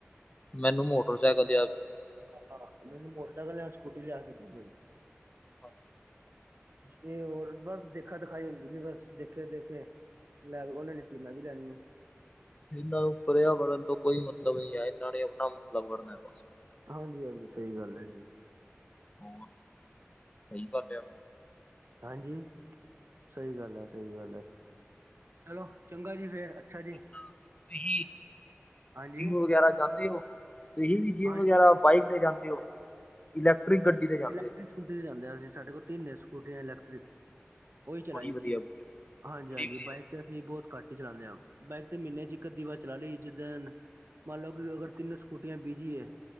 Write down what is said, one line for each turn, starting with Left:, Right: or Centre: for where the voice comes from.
Left: ਮੈਨੂੰ ਮੋਟਰਸਾਈਕਲ ਲਿਆ
Right: ਹਾਂ, ਮੈਨੂੰ ਮੋਟਰਸਾਈਕਲ ਯਾਂ ਸਕੂਟੀ ਲਿਆ ਕੇ ਦੇਯੋ ਜੀ।
Left: ਹਾਂ
Right: ਜ ਹੋਰ, ਦੇਖਾ ਦਿਖਾਈ ਹੁੰਦੀ ਵੀ ਬਸ ਦੇਖੇ- ਦੇਖੇ ਲੈ ਬਈ ਉਹਨੇ ਲਿੱਤੀ ਮੈਂ ਵੀ ਲੈਣੀ ਏ।
Left: ਇਹਨਾਂ ਨੂੰ ਪ੍ਰਯਾਵਰਣ ਤੋਂ ਕੋਈ ਮਤਲਬ ਨੀ ਏ, ਇਹਨਾਂ ਨੇ ਆਪਣਾ ਮਤਲਬ ਕਡਨਾ ਬਸ
Right: ਹਾਂਜੀ- ਹਾਂਜੀ ਸਹੀ ਗੱਲ ਹੈ ਜੀ।
Left: ਹੋਰ, ਸਹੀ ਗਲ ਆ।
Right: ਹਾਂਜੀ, ਸਹੀ ਗੱਲ ਐ ਸਹੀ ਗੱਲ ਐ। ਚਲੋ, ਚੰਗਾ ਜੀ ਫੇਰ, ਅੱਛਾ ਜੀ।
Left: ਤੁਸੀ,
Right: ਹਾਂਜੀ
Left: ਜਿੰਮ ਵਗੈਰਾ ਜਾਂਦੇ, ਓ। ਤੁਸੀ ਵੀ
Right: ਹਾਂਜੀ
Left: ਜਿੰਮ ਵਗੈਰਾ
Right: ਹਾਂਜੀ
Left: ਬਾਈਕ ਤੇ ਜਾਂਦੇ ਓ, ਇਲੈਕਟ੍ਰਿਕ ਗੱਡੀ ਤੇ ਜਾਂਦੇ
Right: ਇਲੈਕਟ੍ਰਿਕ
Left: ਓ।
Right: ਸਕੂਟੀ ਤੇ ਜਾਂਦੇ ਆਂ ਅਸੀ, ਸਾਡੇ ਕੋਲ ਤਿੰਨ ਸਕੂਟੀਆਂ ਇਲੈਕਟ੍ਰਿਕ। ਉਹੀ ਚਲਾਈ
Left: ਬੜੀ ਵਧੀਆ
Right: ਦੀ ਏ,
Left: ਬੜੀ
Right: ਹਾਂਜੀ- ਹਾਂਜੀ
Left: ਵਧੀਆ
Right: ਬਾਈਕ ਅਸੀਂ ਬਹੁਤ ਘੱਟ ਈ ਚਲਾਉਂਦੇ ਆਂ, ਬਾਈਕ ਤੇ ਮਹੀਨੇ 'ਚ ਇੱਕ ਅੱਧੀ ਵਾਰੀ ਚਲਾ ਲਈ ਜਿੱਦਣ ਮੰਨ ਲਓ ਕਿ ਅਗਰ ਤਿੰਨ ਸਕੂਟੀਆਂ ਬੀਜੀ ਐ,